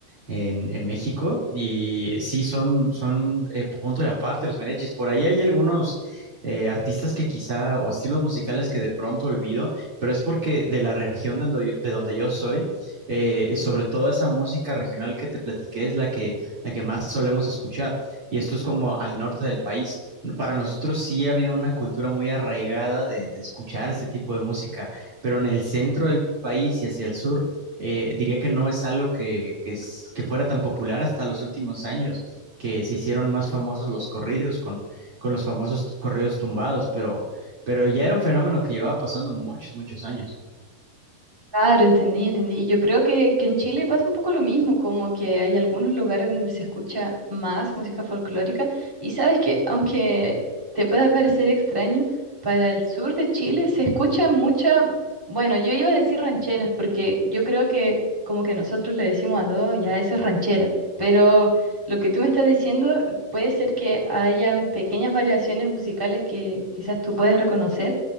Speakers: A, on the right (about 35°); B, in the centre.
A: en, en México, y sí son, son eh, punto de aparte los mariachis. Por ahí hay algunos eh, artistas que quizá, o estilos musicales que de pronto olvido, pero es porque de la región de donde yo, de donde yo soy, eh, sobre todo esa música regional que te platiqué es la que, la que más solemos escuchar y esto es como al norte del país. Para nosotros sí ha habido una cultura muy arraigada de, de escuchar este tipo de música, pero en el centro del país y hacia el sur, eh, diría que no es algo que, que, es- que fuera tan popular hasta los últimos años, que se hicieron más famosos los corridos con, con los famosos t- corridos tumbados, pero, pero ya era un fenómeno que llevaba pasando muchos, muchos años.
B: Claro, entendí, entendí. Yo creo que, que en Chile pasa un poco lo mismo, como que hay algunos lugares donde se escucha más música folclórica y sabes que aunque te pueda parecer extraño, para el sur de Chile se escucha mucha, bueno, yo iba a decir rancheras porque yo creo que como que nosotros le decimos a todos, ya eso es ranchera, pero lo que tú me estás diciendo puede ser que hayan pequeñas variaciones musicales que quizás tú puedes reconocer